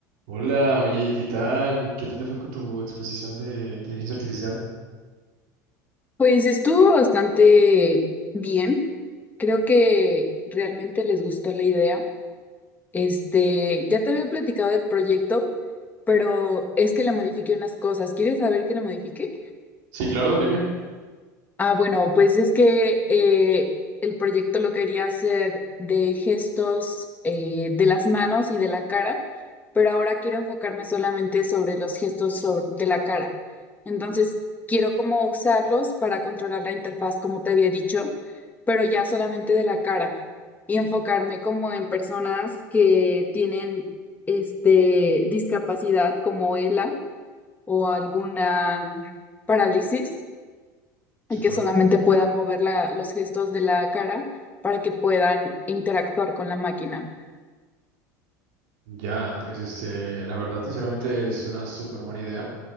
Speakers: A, on the right; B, on the left.
A: Hola, oye, ¿qué tal? ¿Qué tal te fue con tu exposición de inteligencia artificial?
B: Pues estuvo bastante bien. Creo que realmente les gustó la idea. Este, ya te había platicado del proyecto, pero es que le modifiqué unas cosas. ¿Quieres saber qué le modifiqué?
A: Sí, claro, dime.
B: Ah, bueno, pues es que eh, el proyecto lo quería hacer de gestos eh, de las manos y de la cara, pero ahora quiero enfocarme solamente sobre los gestos sobre- de la cara. Entonces, quiero como usarlos para controlar la interfaz, como te había dicho, pero ya solamente de la cara y enfocarme como en personas que tienen este, discapacidad como ELA o alguna parálisis
A: Sí,
B: y
A: claro.
B: que solamente puedan mover la- los gestos de la cara para que puedan interactuar con la máquina.
A: Ya, pues este, la verdad, sinceramente es una súper buena idea,